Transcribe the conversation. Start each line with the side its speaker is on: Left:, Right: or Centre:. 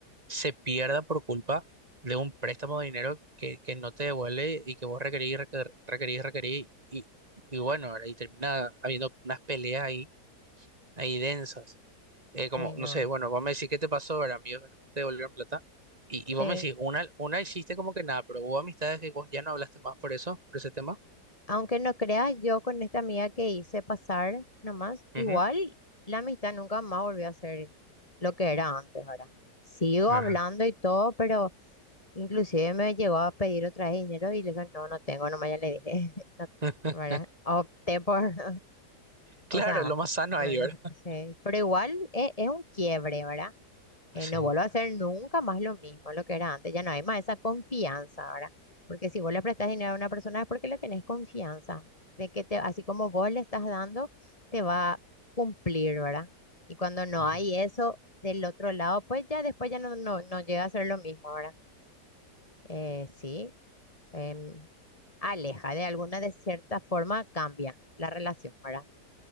Right: se pierda por culpa de un préstamo de dinero que, que no te devuelve y que vos requerís, requer- requerís, requerís, y, y bueno, ¿verdad? Y termina habiendo unas peleas ahí, ahí densas eh, como,
Left: Sí, no,
Right: no sé, bueno, vos me decís qué te pasó, ver amigos que no te devolvieron plata, y, y vos
Left: sí.
Right: me decís, una, una hiciste como que nada, pero hubo amistades que vos ya no hablaste más por eso, por ese tema.
Left: Aunque no creas, yo con esta amiga que hice pasar nomás, igual
Right: Ujú.
Left: la amistad nunca más volvió a ser lo que era antes, ¿verdad? Sigo
Right: Ajá.
Left: hablando y todo, pero inclusive me llegó a pedir otra vez dinero y le dije, no, no tengo, nomás ya le dije, <laughs> no,
Right: <laughs>
Left: ¿verdad? Opté por, <laughs>
Right: Claro,
Left: o sea,
Right: lo más sano
Left: eh,
Right: ahí, ¿verdad?
Left: sí, pero igual es, es un quiebre, ¿verdad? eh,
Right: Sí.
Left: no vuelvo a hacer nunca más lo mismo, lo que era antes, ya no hay más esa confianza ahora, porque si vos le prestás dinero a una persona es porque le tenés confianza, de que te, así como vos le estás dando, te va a cumplir, ¿verdad? Y cuando no
Right: Ujú.
Left: hay eso del otro lado, pues ya después ya no, no, no llega a ser lo mismo, ¿verdad? Eh, sí, em, aleja de alguna, de cierta forma cambia la relación, ¿verdad?